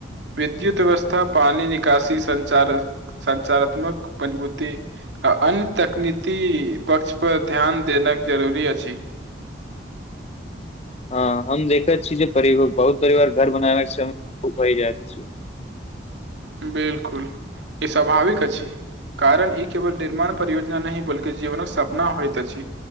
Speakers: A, on the right (about 75°); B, on the left (about 35°).
A: विद्युत व्यवस्था पानी निकासी संचार सञचारात्मक मजबूती आ अन्य तकनीकी पक्ष पर ध्यान देना जरूरी अछि। <unintelligible>
B: हँ हम देखैत छी जे -बहुत परिवार -घर बनाबै सम हो जाइत छी। <unintelligible>
A: बिलकुल ई स्वाभाविक अछि कारण ई केवल निर्माण परियोजना नहि बल्कि जीवनक सपना होइत अछि